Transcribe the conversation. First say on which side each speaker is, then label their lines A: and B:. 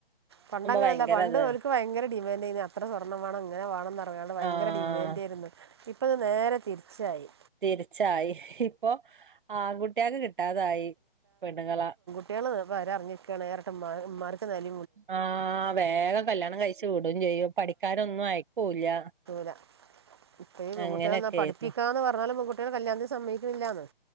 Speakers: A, on the right (about 25°); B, on the right (about 55°).
A: പണ്ട് അങ്ങനല്ല
B: ഭയങ്കര
A: പണ്ട്
B: ഇതാണ്
A: ഒരുക്ക് ഭയങ്ക ഡിമാൻഡയിനി അത്ര സ്വർണം വേണം ഇങ്ങനെ വേണംന്ന് പറിയാണ്ട് ഭയങ്ക
B: ആഹ്
A: ഡിമാൻഡ് ഇപ്പത് നേരെ തീരിച്ചായി
B: തിരിച്ചായി ഇപ്പൊ ആൺകുട്ടിയക്ക് കിട്ടാതായി പെണ്ണുങ്ങള
A: കുട്ടികള് പെര നിറഞ്ഞിക്കുകയാണ് ഇരട്ട്മാർക്ക് ഇവമ്മാർക്ക് നല്ല
B: ആഹ് വേഗം കല്യാണം കഴിച്ചു വിടുകയും ചെയ്യും പഠിക്കാനൊന്നും അയക്കൂല്ല
A: ല ഇപ്പ ഈ പെൺകുട്ടികൾ
B: അങ്ങനെയൊക്കെ
A: എന്ന പഠിപ്പിക്കാന്ന്
B: ആയിരുന്നു
A: പറഞ്ഞാല പെൺകുട്ടികൾ കല്യാണത്തിന് സമ്മക്കിക്കുന്നില്ലാന്ന്